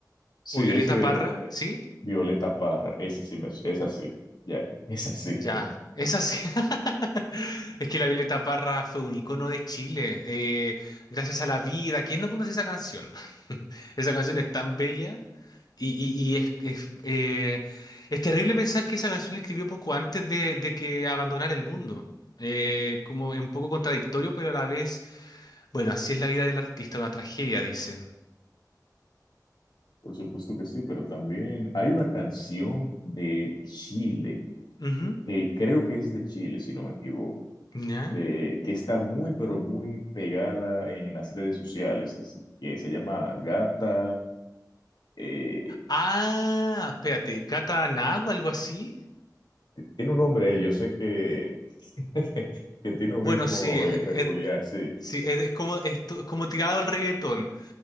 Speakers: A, on the left; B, on the left.
A: Sí,
B: O Violeta
A: ese,
B: Parra, ¿sí?
A: Violeta Parra, ese sí me, es así, ya, es así.
B: Ya,
A: <laughs>
B: es así. <laughs> Es que la Violeta Parra fue un icono de Chile. eh, gracias a la vida. ¿Quién no conoce esa canción? <laughs> Esa canción es tan bella y, y- y es, es, eh, es terrible pensar que esa canción la escribió poco antes de, de que abandonara el mundo. Eh, como es un poco contradictorio, pero a la vez, bueno, así es la vida del artista, una tragedia, dicen.
A: Por supuesto que sí, pero también hay una canción de Chile,
B: Ujú,
A: que creo que es de Chile, si no me equivoco,
B: ¿ya?
A: de, que está muy, pero muy pegada en las redes sociales, que, sí- que se llama Gata, eh,
B: Ah, espérate, Gata Aná o algo así.
A: tiene un nombre, eh, yo sé que, <laughs> que tiene un
B: Bueno,
A: ritmo
B: sí, <laughs> es,
A: eh, peculiar,
B: es-
A: sí,
B: sí, es- es como, es to- como tirado al reggaetón.